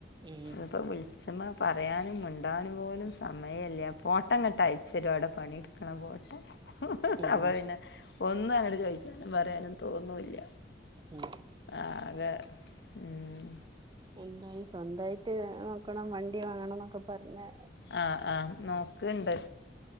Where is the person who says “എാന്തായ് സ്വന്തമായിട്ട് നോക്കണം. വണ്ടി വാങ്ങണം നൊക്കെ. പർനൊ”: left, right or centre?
Right